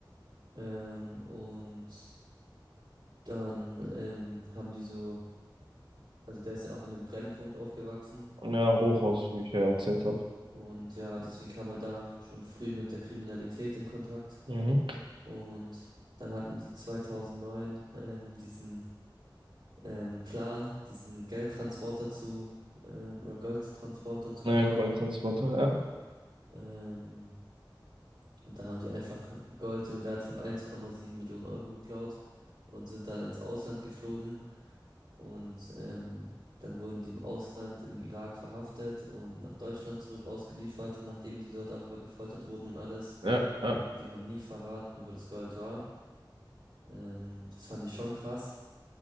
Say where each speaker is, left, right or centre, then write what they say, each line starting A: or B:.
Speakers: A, on the right (about 65°); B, on the right (about 80°).
A: Ähm, und dann ähm, haben die so Also der ist ja auch in einem Brennpunkt aufgewachsen
B: Ja, Hochausflüge erzählt habe.
A: und ja, deswegen kam er da schon früh mit der Kriminalität in Kontakt.
B: Mhm.
A: Und dann hatten die 2009 <laughs> ähm, diesen ähm, Plan, diesen Geldtransporter zu ähm, oder Goldtransporter zu
B: Ja,
A: klauen.
B: Goldtransporter, ja.
A: Ähm, und da haben die einfach Gold im Wert von 1,7 Millionen Euro geklaut und sind dann ins Ausland geflogen Und ähm, dann wurden die im Ausland, im Irak verhaftet und nach Deutschland zurück ausgeliefert, nachdem die dort aber gefoltert wurden und alles.
B: Ja,
A: Und
B: ja,
A: die haben nie verraten, wo das Gold war. Ähm, das fand ich schon krass,